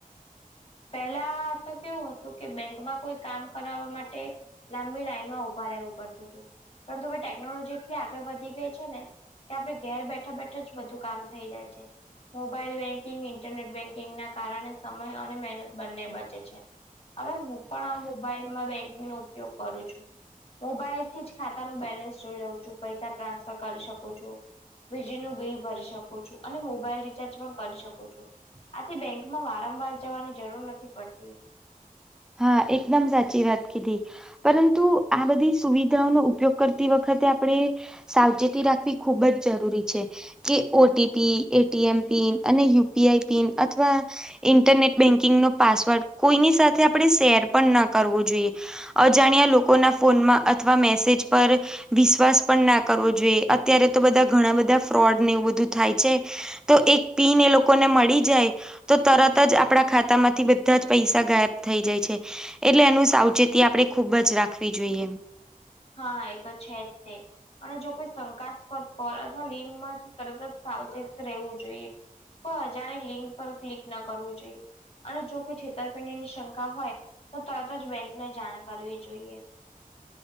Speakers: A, on the left (about 40°); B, in the centre.
A: પેલા તો કેવું હતું કે બેંકમાં કોઈ કામ કરવા માટે લાંબી લાાઈનમાં ઊભા રહેવું પડતુંતું પરંતુ હવે ટેકનોલોજી એટલી આગળ વધી ગઈ છે, ને કે આપણે ઘેર બેઠા બેઠા જ બધું કામ થઇ જાય છે. મોબાઈલ બેંકિંગ, ઇન્ટરનેટ બેન્કિંગના કારણે સમય અને મહેન બંને બચે છે, હવે હું પણ આ મોબાઈલમાં બેંકિંગનો ઉપયોગ કરું છું મોબાઈલથી જ ખાતા ન બેલેન્સ જોઈ લઉં છું પૈસા ટ્રાન્સફર કરી શકુ છો વીજળીનું બિલ ભરી શકુ છું અને મોબાઈલ રિચાર્જ પણ કરી શકુ છું આથી બેંકમાં વારંવાર જવાની જરૂર નથી પડતી
B: હા એકદમ સાચી વાત કીધી પરંતુ આ બધી સુવિધાઓનો ઉપયોગ કરતી વખતે આપણે સાવચેતી રાખવી ખુબ જ જરૂરી છે. કે ઓટીપી, એટીએમ પિન અને યુપીઆઈ પિન અથવા ઇન્ટરનેટ બેંકિંગ નો પાસવર્ડ કોઈની સાથે આપણે શેર પણ ના કરવું જોઈએ અજાણ્યા લોકોના ફોનમાં અથવા મેસેજ પર વિશ્વાસ પણ ના કરવો જોઈએ અત્યારે તો બધા ઘણા બધા ફ્રોડ ને એવું બધું થાય છે તો એક પીન એ લોકોને મળી જાય તો તરત જ આપણા ખાતામાંથી બધા જ પૈસા ગાયબ થઈ જાય છે એટલે એનું સાવચેતી આપણે ખૂબ જ રાખવી જોઈએ
A: હા એ તો છે જ તે અને જો કોઈ શંકાસ્પદ કર અથવા લિંગમાંથી તરત જ સાવચેત રહેવું જોઈએ પણ અજાણી લિંક પર ક્લિક ના કરવું જોઈએ અને જો કોઈ છેતરપિંડી ની શંકા હોય તો તરત જ બેંક ને જાણ કરવી જોઈએ